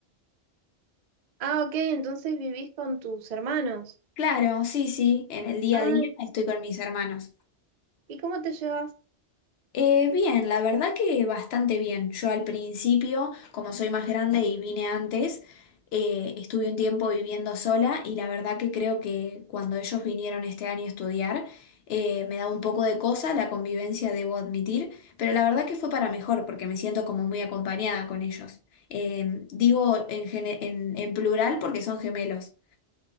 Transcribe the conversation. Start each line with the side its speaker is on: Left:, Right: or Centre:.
Right: Ah, ok, entonces vivís con tus hermanos.
Left: Claro, sí, sí, en el día
Right: Ay,
Left: a día estoy con mis hermanos.
Right: ¿y cómo te llevas?
Left: Eh, bien, la verdad que bastante bien. Yo al principio, como soy más grande y vine antes, eh, estuve un tiempo viviendo sola y la verdad que creo que cuando ellos vinieron este año a estudiar, eh, me da un poco de cosa la convivencia, debo admitir, pero la verdad que fue para mejor porque me siento como muy acompañada con ellos. Eh, digo en, gene- en en plural porque son gemelos.